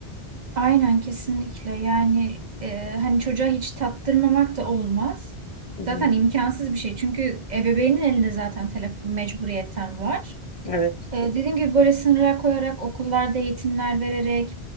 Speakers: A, on the right; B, on the left.
A: Aynen kesinlikle yani e, hani çocuğa hiç tattırmamak da olmaz.
B: Hı hı.
A: Zaten imkansız bir şey çünkü ebeveynin elinde zaten telefon mecburiyetten var.
B: Evet,
A: Ee, Dediğim gibi böyle sınırlar koyarak, okullarda eğitimler vererek,